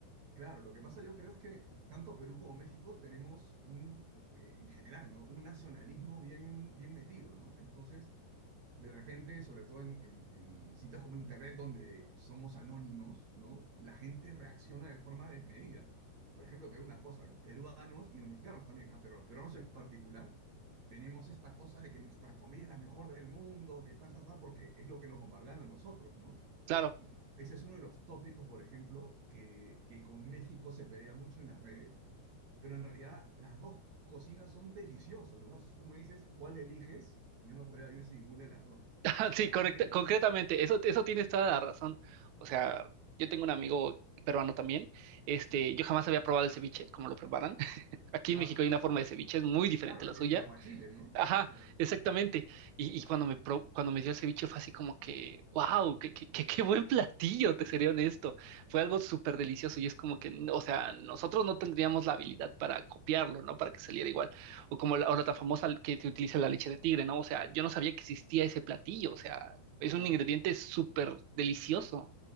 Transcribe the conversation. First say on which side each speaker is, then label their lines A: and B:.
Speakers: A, on the right; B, on the right.
A: Claro, lo que pasa yo creo es que tanto Perú como México tenemos un, eh, en general, ¿no? Un nacionalismo bien, bien metido, ¿no? Entonces, de repente, sobre todo en, en- en sitios como Internet, donde somos anónimos, ¿no? La gente reacciona de forma desmedida. Por ejemplo, te digo una cosa, los peruanos y los mexicanos también, ¿ah? Pero los peruanos en particular, tenemos esta cosa de que nuestra comida es la mejor del mundo, que tal, tal, tal, porque es lo que nos bombardean a nosotros, ¿no?
B: Claro.
A: Y ese es uno de los tópicos, por ejemplo, que, que con México se pelea mucho en las redes pero en realidad las dos cocinas son deliciosas. ¿no? Si tú me dices cuál eliges, yo no podría vivir sin ninguna de las dos.
B: <laughs>
A: Pero
B: Sí,
A: la
B: correcta,
A: gente tiende.
B: concretamente, eso, eso tienes toda la razón. O sea, yo tengo un amigo peruano también. Este,
A: Sí,
B: yo jamás había probado el ceviche, como lo preparan. <laughs> Aquí
A: claro,
B: en México hay una forma de ceviche, es muy diferente
A: claro,
B: a la
A: el
B: suya.
A: el, aguachile, ¿no?
B: Ajá,
A: Claro,
B: exactamente. Y, y cuando me pro- cuando me dio el ceviche fue así como que, wow, qué, qué, qué, qué buen platillo, te seré honesto. Fue algo súper delicioso y es como que, n- o sea, nosotros no tendríamos la habilidad para copiarlo, ¿no? Para que saliera igual. O como la, o la tan famosa que te utiliza la leche de tigre, ¿no? O sea, yo no sabía que existía ese platillo, o sea, es
A: claro,
B: un ingrediente súper delicioso.